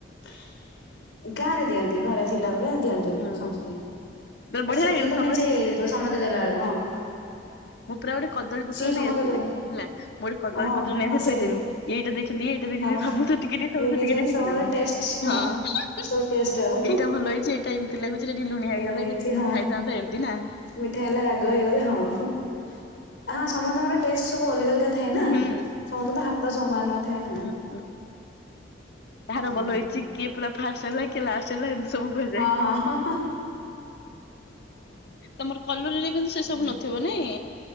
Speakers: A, on the left (about 75°); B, on the left (about 60°).
A: <inaudible> ଗାଁ ରେ ଦିଅନ୍ତି ଘରେ ଥିଲାବେଳେ ଦିଅନ୍ତି
B: ହୁଁ
A: ସମସ୍ତେ
B: ପୁରା ବଢିଆ
A: ଆ ସେତିକି
B: ଲାଗେନି
A: ତ
B: ସମସ୍ତେ
A: ମେଞ୍ଚେ ହେଇଯାଇଥିବ ସମସ୍ତେ ଦେଲା ବେଳକୁ ହଁ।
B: ମୁଁ ପୁରା ଗୋଟେ କଦଳୀ ପତ୍ର
A: ସିଏ
B: ନେଇ
A: ସମସ୍ତେ
B: ଆସିବେ
A: ଦେଲେ
B: ହେଲା ଗୋଟେ କଦଳୀ
A: ହଁ
B: ପତ୍ର ନେଇଆସି
A: ହଁ ସେଇଟା
B: ଥୋଇଦେବେ ଏଇଟା ଦେଇଛନ୍ତି ଇ ଏଇଟା ଦେଇଛନ୍ତି
A: ହଁ
B: ସବୁଥିରୁ ଟିକେ ଟିକେ ସବୁଥିରୁ
A: ଏ ବିରିୟାନୀ
B: ଟିକେ ଟିକେ ଶିଖି
A: ସମସ୍ତଙ୍କର
B: ଦେମି
A: ଟେଷ୍ଟ
B: ହଁ
A: ସବୁ ଟେଷ୍ଟ ଆଉ।
B: ଏଇଟା ଭଲ ହେଇଛି ଏଇଟା ଏମତି ଲାଗୁଛି ଟିକିଏ ଲୁଣିଆ
A: ଟା
B: ହେଇଗଲା
A: ହେଇଛି
B: ଏଇଟା ଟିକେ
A: ହଁ
B: ମିଠା ହେଇଥାନ୍ତା ଏମିତି ନା?
A: ମିଠା ହେଲା ରାଗ ହେଇଗଲା ହଁ। ହଁ ସମସ୍ତଙ୍କର ଟେଷ୍ଟ ସବୁ ଅଲଗା ଅଲ ଥାଏ ନା
B: ହୁଁ
A: ସମସ୍ତେ ତ ହାତ ତ ସମାନ ଥାଏ ନା
B: ହୁଁ କାହାର
A: ହୁଁ
B: ଭଲ ହେଇଛି କିଏ ପୁରା? ଫାଷ୍ଟ ହେଲା କିଏ ଲାଷ୍ଟ ହେଲା ଏମିତି ସବୁ ଭୁଜାଏ।
A: ହଁ ହଁ ହଁ
B: ତମର କଲୁ ଯଦି କିନ୍ତୁ ସେ
A: ହଁ।
B: ସବୁ ନଥିବ ନାଇଁ।